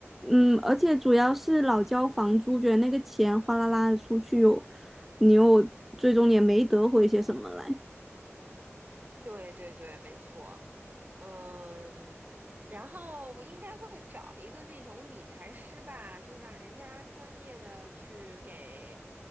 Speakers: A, in the centre; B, on the right.
A: 嗯，而且主要是老交房租，觉得那个钱哗啦啦的出去又，你又最终也没得回些什么来。
B: 对对对，没错，嗯，然后应该会找一个那种理财师吧，就让人家专业的去给，